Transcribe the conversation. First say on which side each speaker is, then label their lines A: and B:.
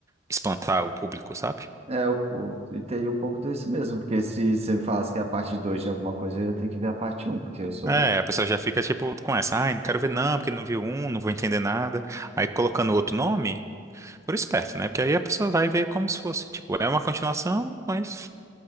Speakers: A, on the right; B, on the right.
A: espantar o público, sabe?
B: É, eu, pô, e teria um pouco desse mesmo, porque se você me falasse que é a parte 2 de alguma coisa, eu ia ter que ver a parte um porque eu sou.
A: É, a pessoa já fica, tipo, com essa, ai, não quero ver não, porque não viu um, não vou entender nada. Aí colocando outro nome, por esperto, né? Porque aí a pessoa vai ver como se fosse, tipo, é uma continuação, mas